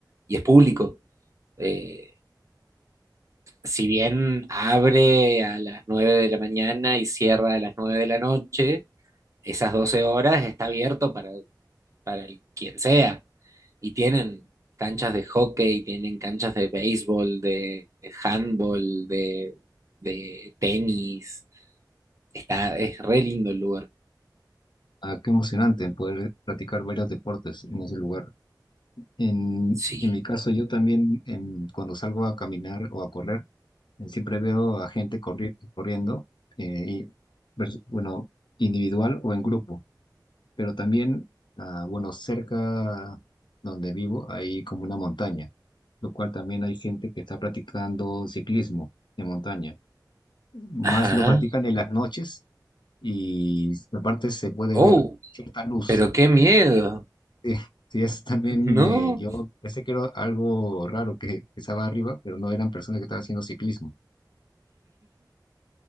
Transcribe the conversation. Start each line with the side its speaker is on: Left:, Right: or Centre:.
Right: y es público. Eh, si bien abre a las 9 de la mañana y cierra a las 9 de la noche, esas 12 horas está abierto para, para el- quien sea. Y tienen canchas de hockey, tienen canchas de béisbol, de, de handball, de, de tenis. Está, es re lindo el lugar.
Left: Ah, qué emocionante poder practicar varios deportes en ese lugar. En,
Right: Sí.
Left: en mi caso, yo también em, cuando salgo a caminar o a correr, eh, siempre veo a gente corri- corriendo, eh, y, vers- bueno, individual o en grupo, pero también, ah, bueno, cerca donde vivo hay como una montaña, lo cual también hay gente que está practicando ciclismo de montaña. Más
Right: Ajá.
Left: lo practican en las noches y aparte se puede
Right: Oh,
Left: ver cierta luz
Right: pero qué miedo.
Left: Sí, sí, es también,
Right: <laughs> No.
Left: eh, yo pensé que era algo raro que, que estaba arriba, pero no eran personas que estaban haciendo ciclismo.